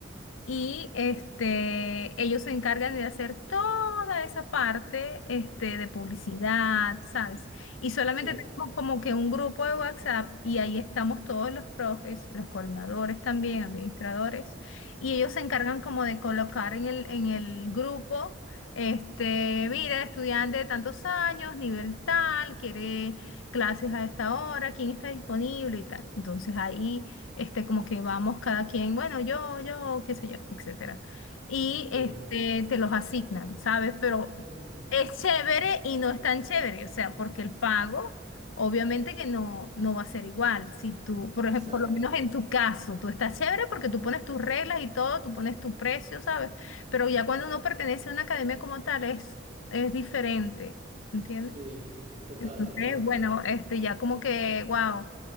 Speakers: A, on the left; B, on the right.
A: Y este, ellos se encargan de hacer toda esa parte este, de publicidad, ¿sabes? Y solamente
B: sí,
A: tenemos como que un grupo de WhatsApp y ahí estamos todos los profes, los coordinadores también, administradores, y ellos se encargan como de colocar en el, en el grupo, este, mira, estudiante de tantos años, nivel tal, quiere clases a esta hora, quién está disponible y tal. Entonces ahí este, como que vamos cada quien, bueno, yo, yo, qué sé yo, etcétera. Y
B: qué
A: este,
B: bueno.
A: te los asignan, ¿sabes? Pero
B: Mm,
A: es chévere y no es tan chévere, o sea, porque el pago, obviamente que no, no va a ser igual. Si tú, por
B: exacto,
A: ejemplo, por lo menos en tu caso, tú estás chévere porque tú pones tus reglas y todo, tú pones tu precio, ¿sabes? Pero ya cuando uno pertenece a una academia como tal, es, es diferente, ¿entiendes?
B: sí, total,
A: Entonces,
B: total,
A: bueno, este ya como que, wow,